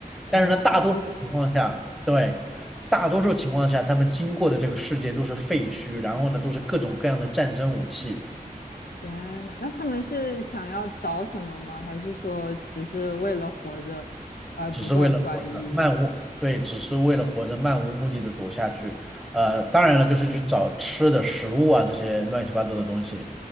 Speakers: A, on the left; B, in the centre.
A: 哦，
B: 但是呢，大多数情况下，对，大多数情况下，他们经过的这个世界都是废墟，然后呢，都是各种各样的战争武器。
A: 天呐，那他们是想要找什么吗？还是说只是为了活着而不断转移？
B: 只是为了活着，漫无，对，只是为了活着，漫无目的的走下去。呃，当然了，就是去找吃的食物啊，这些乱七八糟的东西。